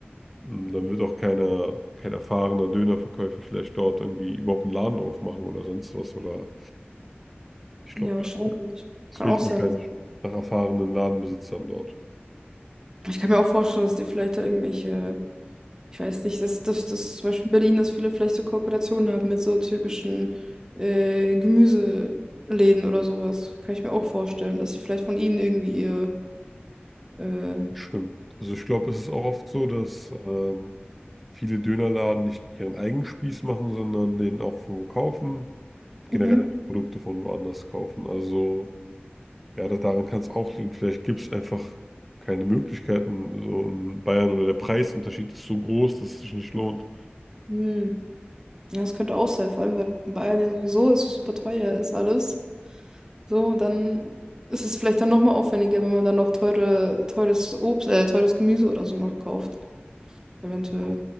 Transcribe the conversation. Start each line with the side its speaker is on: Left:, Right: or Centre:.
Centre: ähm, dann wird auch keiner, kein erfahrener Dönerverkäufer vielleicht dort irgendwie überhaupt einen Laden aufmachen oder sonst was. Oder ich
Right: ja,
Centre: glaube,
Right: wahrscheinlich.
Centre: ja, es
Right: Kann
Centre: fehlt
Right: auch sein.
Centre: wahrscheinlich
Right: dass-
Centre: nach erfahrenen Ladenbesitzern dort.
Right: Ich kann mir auch vorstellen, dass die vielleicht da irgendwelche Ich weiß nicht, dass, dass, dass zum Beispiel in Berlin, dass viele vielleicht so Kooperationen haben mit so türkischen äh, Gemüseläden oder sowas. Kann ich mir auch vorstellen, dass sie vielleicht von ihnen irgendwie ihr. Äh,
Centre: Stimmt. Also ich glaube, es ist auch oft so, dass ähm, viele Dönerladen nicht ihren eigenen Spieß machen, sondern den auch von wo kaufen, generell
Right: mhm.
Centre: die Produkte von woanders kaufen. Also ja, da- daran kann es auch liegen. Vielleicht gibt es einfach keine Möglichkeiten, so in Bayern oder der Preisunterschied ist so groß, dass es sich nicht lohnt.
Right: Hm. Ja, das könnte auch sein, vor allem weil in Bayern ja sowieso ist so super teuer ist alles. So, und dann ist es vielleicht dann nochmal aufwendiger, wenn man dann noch teure, teures Obst, äh, teures Gemüse oder so noch kauft. Eventuell.
Centre: Genau.